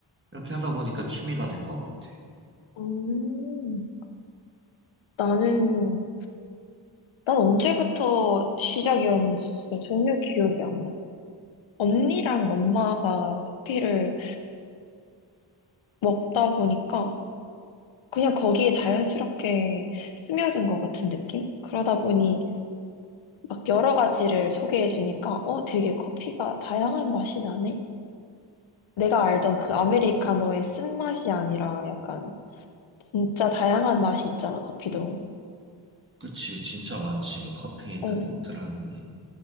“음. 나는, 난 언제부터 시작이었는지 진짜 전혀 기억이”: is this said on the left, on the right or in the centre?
Left